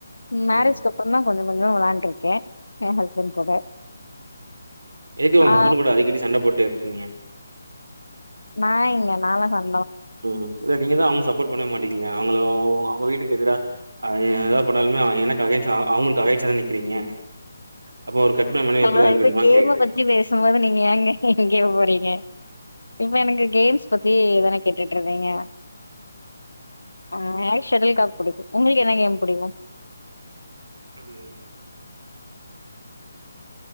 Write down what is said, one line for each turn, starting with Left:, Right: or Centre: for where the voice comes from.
Left: மேரேஜ்க்க
Right: ம்
Left: அப்புறம் தான், கொஞ்சம், கொஞ்ச விளையாண்டுருக்கேன். என் ஹஸ்பண்ட் கூட.
Right: எதுக்கு உங்க
Left: ஆ
Right: ஹஸ்பண்ட் கூட அடிக்கடி சண்ட போட்டே இருக்கிங்க.
Left: நா இல்ல நாள்லா சண்
Right: உம் இ நீங்கதான் அவங் சப்போர்ட் பண்ணவே மாட்டிக்கங்கலே அவங்களு ஓ அவுங்க அவங்க வீட்டுக்கு எதிர, அ எத போடலும் எனக் அகைன்சா ஆ அவுங்கலுக்கு அகைன்சா நிக்கிறீங்க. அப்ப ஒரு கட்ன மனைவி
Left: ஹலோ
Right: எப்டிதா இருக்கணுமானு
Left: இப்ப கேம
Right: கேக்குறே
Left: பத்தி பேசும்போது நீங்க ஏங்க இங் இங்கே போறீங்க, இப்ப எனக்கு கேம்ஸ் பத்தி தானே கேட்டுட்டு இருந்தீங்க. ஆஹ் ஷாடுல் கிராக் புடிக்கும். உங்களுக்கு என்ன கேம் புடிக்கும்.
Right: உம்